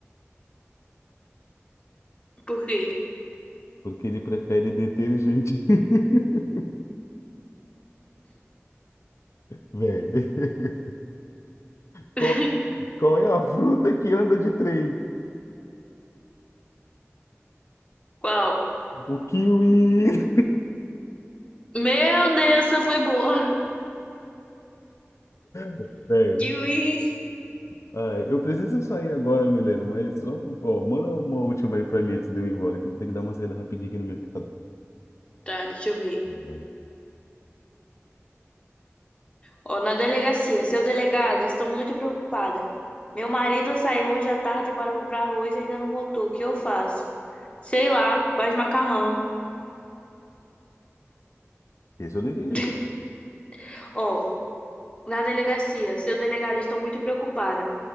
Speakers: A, on the left; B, on the left.
A: Por quê?
B: Porque ele prefere detergente. <laughs> Velho, qual,
A: <laughs>
B: qual é a fruta que anda de trem?
A: Qual?
B: O kiwi.
A: Meu Deus, essa foi boa.
B: <laughs> Velho,
A: Kiwi.
B: Ai, eu preciso sair agora, Milena, mas só, ó, manda uma última aí pra mim antes de eu ir embora, que eu vou ter que dar uma saída rapidinha aqui no mercado.
A: Tá, deixa eu ver.
B: É.
A: Ó, na delegacia, seu delegado, estou muito preocupada. Meu marido saiu hoje à tarde para comprar arroz e ainda não voltou. O que eu faço? Sei lá, faz macarrão.
B: Esse eu não entendi.
A: <laughs> Ó, na delegacia, seu delegado, estou muito preocupada.